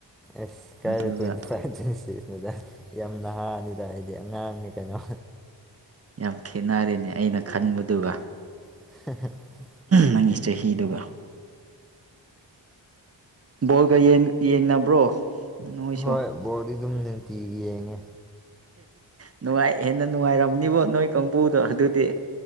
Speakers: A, in the centre; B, on the right (about 35°).
A: ꯑꯦꯁ ꯀꯥꯏꯗ
B: ꯑꯗꯨꯒ
A: ꯇ꯭ꯋꯦꯟꯇꯤ ꯐꯥꯏꯚ ꯇꯨꯋꯦꯟꯇꯤꯁꯤꯁꯅꯣꯗ ꯌꯥꯝ ꯅꯍꯥꯅꯤ ꯑꯩꯏꯗꯤ ꯑꯉꯥꯡꯅꯤ ꯀꯩꯅꯣ
B: ꯌꯥꯝ ꯈꯦꯠꯅꯔꯦꯅꯦ ꯑꯩꯅ ꯈꯟꯕꯗꯨꯒ꯫
A: <unintelligible>
B: ꯅꯪꯒꯤ ꯆꯍꯤꯗꯨꯒ ꯕꯣꯜꯒ ꯌꯦꯡ ꯌꯦꯡꯅꯕ꯭ꯔꯣ? ꯅꯣꯏꯁꯨ
A: ꯍꯣꯏ ꯕꯣꯜꯗꯤ ꯑꯗꯨꯝ ꯅꯨꯡꯇꯤꯒꯤ ꯌꯦꯡꯉꯦ꯫
B: ꯅꯨꯡꯉꯥꯏ ꯍꯦꯟꯅ ꯅꯨꯡꯉꯥꯏꯔꯝꯅꯤꯕꯣ ꯅꯣꯏ ꯀꯥꯡꯕꯨꯗꯣ ꯑꯗꯨꯗꯤ꯫